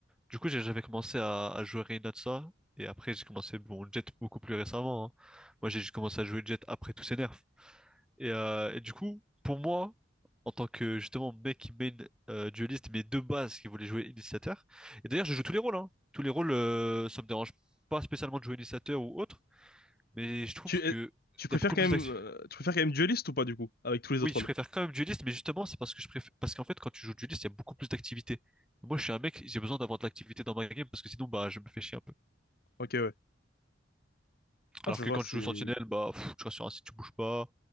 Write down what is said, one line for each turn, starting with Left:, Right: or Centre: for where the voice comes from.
Centre: Du coup, j'ai jamais commencé à, à jouer rien de ça. Et après, j'ai commencé, bon, Jet beaucoup plus récemment. hein. Moi, j'ai juste commencé à jouer Jet après tous ces nerfs. Et, euh, et du coup, pour moi, en tant que justement mec qui main euh, dueliste, mais de base qui voulait jouer initiateur. Et d'ailleurs, je joue tous les rôles. hein. Tous les rôles, euh, ça me dérange pas spécialement de jouer initiateur ou autre. Mais je trouve
Left: Tu
Centre: que
Left: euh, tu préfères
Centre: il y a beaucoup
Left: quand
Centre: plus
Left: même
Centre: d'actu.
Left: euh, tu préfères quand même Duelist ou pas du coup avec tous les
Centre: Oui,
Left: autres
Centre: je
Left: rôles?
Centre: préfère quand même dueliste, mais justement, c'est parce que je préfère... parce qu'en fait, quand tu joues dueliste, il y a beaucoup plus d'activités. Moi, je suis un mec, j'ai besoin d'avoir de l'activité dans ma game parce que sinon, bah, je me fais chier un peu.
Left: Ok ouais. Ah
Centre: Alors
Left: je
Centre: que
Left: vois
Centre: quand
Left: c'est.
Centre: tu joues Sentinelle, bah, pff, tu restes sur un site, tu bouges pas.